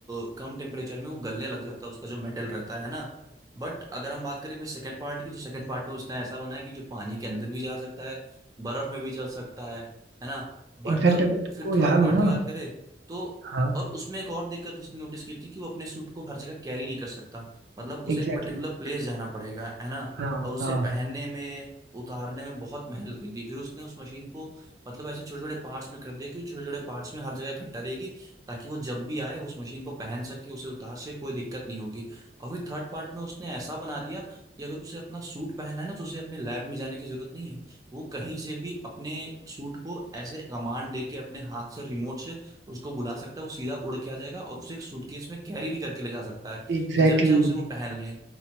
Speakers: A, on the right; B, on the right.
A: अ, कम टेम्परेचर में वो गलने लग जाता है उसका जो मेटल रहता है ना बट अगर हम बात करें फिर सेकंड पार्ट की तो सेकंड पार्ट में उसने ऐसा बनाया कि जो पानी के अंदर भी जा सकता है बर्फ में भी चल सकता है है ना बट
B: इनफैक्ट अगर तुमको
A: फिर थर्ड
B: याद
A: पार्ट
B: हो
A: की
B: ना
A: बात करें तो
B: हाँ
A: और उसमें एक और दिक्कत उसने नोटिस की थी कि वो अपने सूट को हर जगह कैरी नहीं कर सकता मतलब उसे
B: एग्जैक्टली
A: एक पर्टिकुलर
B: exactly,
A: प्लेस जाना पड़ेगा है ना
B: हाँ
A: और उसे
B: हाँ
A: पहनने में उतारने में बहुत मेहनत लगती थी फिर उसने उस मशीन को मतलब ऐसे छोटे छोटे पार्ट्स में कर दिया कि छोटे छोटे पार्ट्स में हर जगह इकट्ठा रहेगी ताकि वो जब भी आए उस मशीन को पहन सके उसे उतार सके कोई दिक्कत नहीं होगी और फिर थर्ड पार्ट में उसने ऐसा बना दिया कि अगर उसे अपना सूट पहनना है ना तो उसे अपने लैब में जाने की जरूरत नहीं है वो कहीं से भी अपने सूट को ऐसे कमांड देके अपने हाथ से रिमोट से उसको बुला सकता है वो सीधा उड़ के आ जाएगा और उसे एक सूटकेस में कैरी भी करके ले जा सकता है
B: एग्जैक्टली
A: कि जब चाहे उसी
B: exactly,
A: को पहन ले